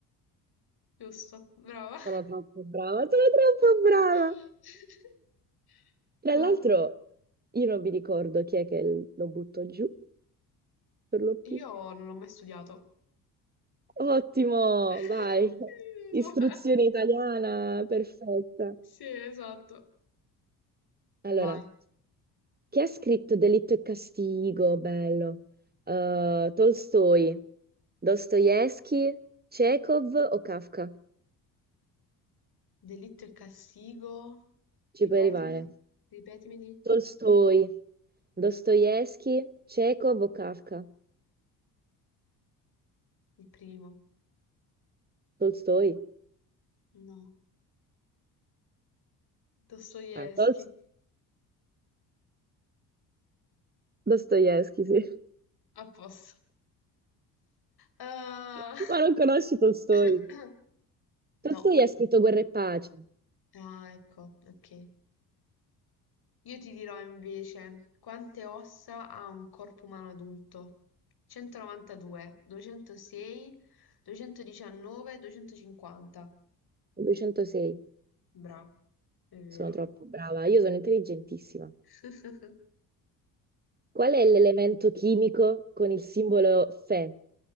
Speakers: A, on the left (about 45°); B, on the right (about 20°).
A: Giusto, brava.
B: Sono troppo brava, sono troppo brava.
A: <laughs>
B: Tra
A: Ma...
B: l'altro, io non mi ricordo chi è che lo butto giù per lo più.
A: Io non l'ho mai studiato.
B: Ottimo,
A: <laughs>
B: vai. Istruzione
A: Non lo so.
B: italiana, perfetta.
A: Sì, esatto.
B: Allora,
A: Vai.
B: chi ha scritto Delitto e Castigo? Bello. Eh, Tolstoi, Dostoevsky, Chekhov o Kafka?
A: Delitto e castigo.
B: Ci
A: Ripetimi,
B: puoi arrivare.
A: ripetimeli.
B: Tolstoi, Dostoevsky, Chekhov o Kafka?
A: Il primo.
B: Tolstoi.
A: No. Dostoevsky.
B: Eh, Tolst- Dostoevsky, sì.
A: A posto. Uhm,
B: <laughs> Ma non conosci Tolstoi?
A: <coughs> <clears throat>
B: Tolstoi
A: no.
B: ha scritto Guerra e Pace, il
A: Ah, ecco, okay. Io ti dirò invece quante ossa ha un corpo umano adulto. 192, 206, 219, 250.
B: 206.
A: Bravo, è vero.
B: Sono troppo brava, io sono intelligentissima.
A: <laughs>
B: Qual è l'elemento chimico con il simbolo Fe?